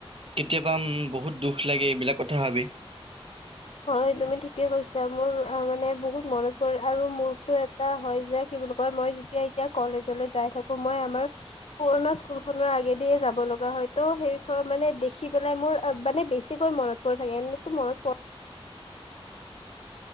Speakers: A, on the right; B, on the left.
A: কেতিয়াবা উম, বহুত দুখ লাগে এইবিলাক কথা ভাবি?
B: হয় তুমি ঠিকে কৈছা, মোৰ মানে বহুত মনত পৰে আৰু এটা হয় যে কি বোলো হয়, মই যেতিয়া এতিয়া কলেজলৈ যাই থাকোঁ‌, মই আমাৰ পুৰণা স্কুল খনৰ আগেদিয়ে যাব লগা হয় ত' সেই-খ মানে দেখি পেলাই মোৰ অ', মানে বেছিকৈ মনত পৰি থাকে, এনেতো মনত পৰে।